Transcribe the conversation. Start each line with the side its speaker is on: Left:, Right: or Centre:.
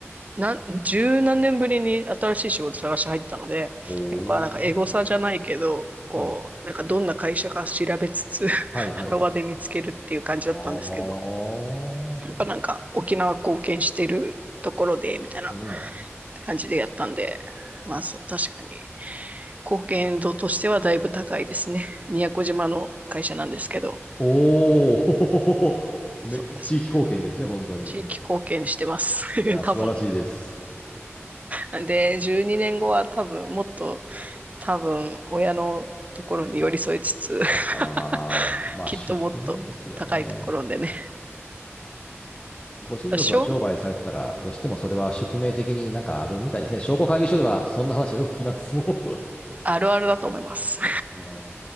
Right: なん、十何年ぶりに新しい仕事探し入ったので、
Left: おー。
Right: やっぱなんかエゴサじゃないけど、こう、
Left: はい。
Right: なんかどんな会社か調べつつ、
Left: はいはい。
Right: <laughs> ハロワで見つけるっていう感じだったんですけど、
Left: ああ。
Right: やっぱなんか沖縄貢献してるところで、みたいな
Left: うん。
Right: 感じでやったんで、まあそ確かに貢献度としてはだいぶ高いですね。宮古島の会社なんですけど、
Left: おお。<laughs> め、
Right: そうですね。
Left: 地域貢献ですね、本当に。
Right: 地域貢献してます。<laughs>
Left: いや、
Right: 多分。
Left: 素晴らしいです。
Right: なんで、12年後は多分もっと多分親のところに寄り添いつつ
Left: ああ、
Right: <laughs>
Left: まあ宿命ですよね。
Right: きっともっと高いところでね
Left: ご親族が商売されてたら、
Right: 小
Left: どうしてもそれは宿命的になんかあるみたいですね。商工会議所ではそんな話はよく聞きます、もう。
Right: あるあるだと思います
Left: <laughs> あー